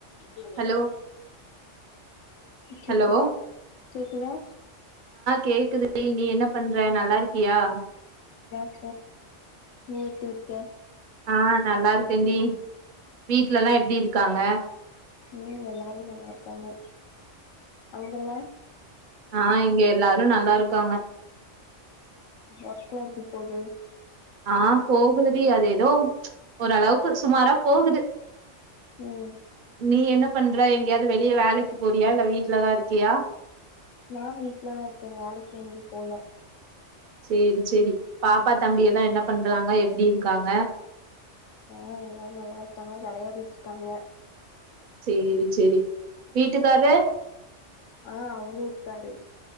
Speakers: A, on the left (about 80°); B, on the right (about 55°).
A: இப்ப என்னாது
B: ஹலோ
A: கேக்குதா
B: ஹலோ
A: கேக்குதா
B: கேக்குது நீ என்ன பண்ற நல்லாருக்கியா
A: அ நீ எப்டி இருக்க
B: ஆ நல்லாருக்கேன்டி வீட்லலா எப்டி இருக்காங்க
A: ம் எல்லாரு நல்லாருக்காங்க அங்கல்லா
B: ஆ இங்க எல்லாரு நல்லாருக்காங்க
A: ஒர்க்லா எப்டி போது
B: ஆ போகுதுடி அது எதோ ஓரளவுக்கு சுமாரா போகுது
A: ம்
B: நீ என்ன பண்ற எங்கயாது வெளிய வேலைக்கு போறியா இல்ல வீட்லதா இருக்கியா
A: நா வீட்லதா இருக்கே வேலைக்கு எங்யு போல
B: சேரி சேரி பாப்பா தம்பி எல்லா என்ன பண்றாங்க எப்டி இருக்காங்க
A: ஆ எல்லா நல்லாருக்காங்க வெளையாடிட்ருக்காங்க
B: சேரி சேரி வீட்டுகாரு
A: ஆ அவுரு இருக்காரு